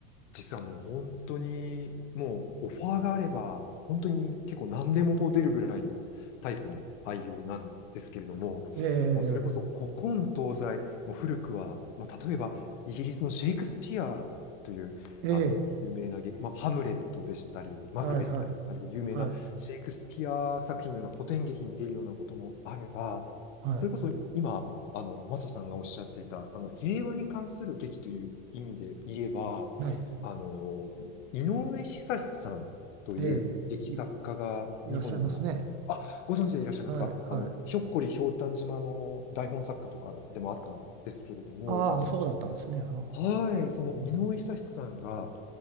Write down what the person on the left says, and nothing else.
実はもう本当に、もうオファーがあれば、本当に結構何でもこう出るぐらいのタイプの俳優なんですけれども、
もうそれこそ古今東西、もう古くは、まあ、例えばイギリスのシェイクスピアというあの有名な劇、
まあ、ハムレットでしたり、マクベスだったりで有名なシェイクスピア作品のような古典劇に出るようなこともあれば、
それこそ今、あの、マサさんがおっしゃっていた、あの、平和に関する劇という意味で言えば、
あの、井上久志さんという劇作家が日本には、
あ、ご存知でいらっしゃいますかあの、
ひょっこりひょうたん島の台本作家とかでもあったんですけれども、
はい、その井上久志さんが、